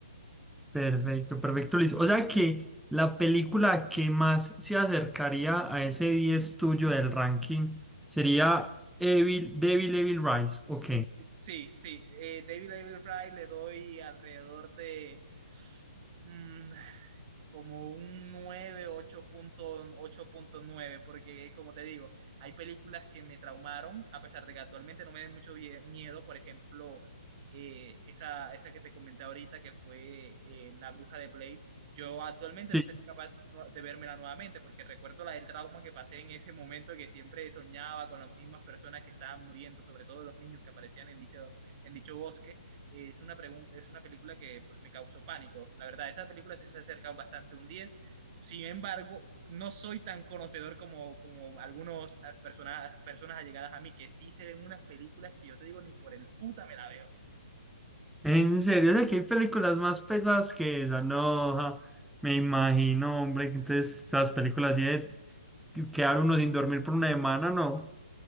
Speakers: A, in the centre; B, on the right.
A: Perfecto, perfecto, Luis. O sea que la película que más se acercaría a ese 10 tuyo del ranking sería Evil, Devil Evil Rise. Ok.
B: Sí, sí, eh, David David Fry le doy alrededor de... mm, como un nueve ocho ocho punto ocho punto nueve porque como te digo, hay películas que me traumaron, a pesar de que actualmente no me den mucho vie- miedo, por ejemplo, eh, esa, esa que te comenté ahorita, que fue eh, La Bruja de Blade, yo actualmente
A: Sí.
B: no sería capaz nu- de vérmela nuevamente, porque recuerdo la del trauma que pasé en ese momento, que siempre soñaba con las mismas personas que estaban muriendo, sobre todo los niños que aparecían en dicho, en dicho bosque, y es una pregun- es una película que pues me causó pánico. La verdad, esa película sí se acerca bastante a un 10. Sin embargo, no soy tan conocedor como, como algunas personas, personas allegadas a mí que sí se ven unas películas que yo te digo ni por el puta me la veo.
A: En serio, o sea que hay películas más pesadas que esa. No, ja, me imagino, hombre. que Entonces, esas películas así de quedar uno sin dormir por una semana, no.